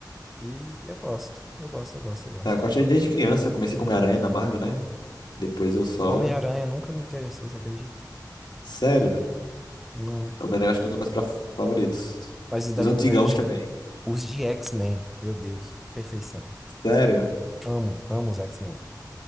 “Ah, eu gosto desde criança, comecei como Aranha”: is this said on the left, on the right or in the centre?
Left